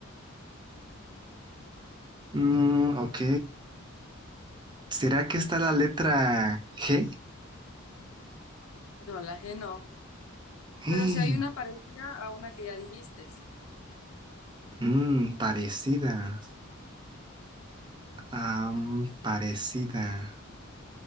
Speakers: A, on the right; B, on the left.
A: Mm, ok. ¿Será que está la letra G?
B: No, la G no.
A: <gasps>
B: Pero si hay una parecida a una que ya dijiste,
A: Mm, parecida. Am, parecida.